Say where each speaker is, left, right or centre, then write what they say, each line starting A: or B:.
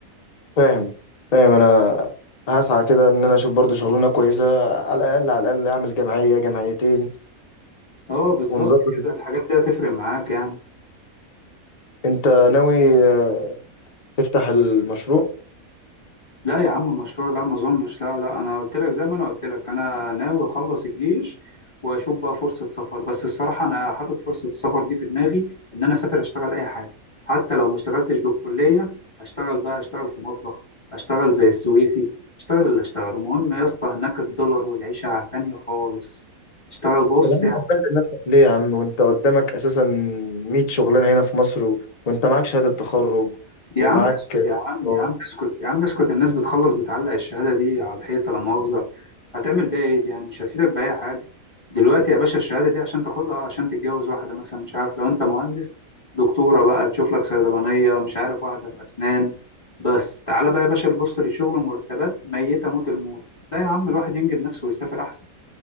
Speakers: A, on the left (about 70°); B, on the left (about 25°).
A: فاهم فاهم أنا هسعى كده إن أنا أشوف برضه شغلانة كويسة على الأقل على الأقل أعمل جمعية جمعيتين
B: اه بالظبط
A: ونظبط
B: كده الحاجات دي هتفرق معاك يعني
A: انت ناوي آه، تفتح المشروع
B: لا يا عم مشروع لا ما اظنش لا لا انا قلت لك زي ما انا قلت لك انا ناوي اخلص الجيش واشوف بقى فرصه سفر بس الصراحه انا حاطط فرصه السفر دي في دماغي ان انا اسافر اشتغل اي حاجه حتى لو ما اشتغلتش بالكليه هشتغل بقى اشتغل في مطبخ اشتغل زي السويسي اشتغل اللي اشتغل المهم يا اسطى هناك الدولار والعيشه تانية خالص اشتغل بص
A: طب يا عم هتبهدل نفسك ليه يا عم وانت قدامك اساسا 100 شغلانه هنا في مصر و... وانت معاك شهاده تخرج
B: يا
A: ومعاك
B: عم اسكت يا عم
A: آه،
B: يا عم اسكت يا عم اسكت الناس بتخلص بتعلق الشهادة دي على الحيطة لا مؤاخذة هتعمل بيها ايه دي يعني مش هتفيدك بأي حاجة دلوقتي يا باشا الشهادة دي عشان تاخدها عشان تتجوز واحدة مثلا مش عارف لو انت مهندس دكتورة بقى تشوف لك صيدلانية مش عارف واحدة في أسنان بس تعالى بقى يا باشا نبص للشغل والمرتبات ميتة موت الموت لا يا عم الواحد ينجد نفسه ويسافر أحسن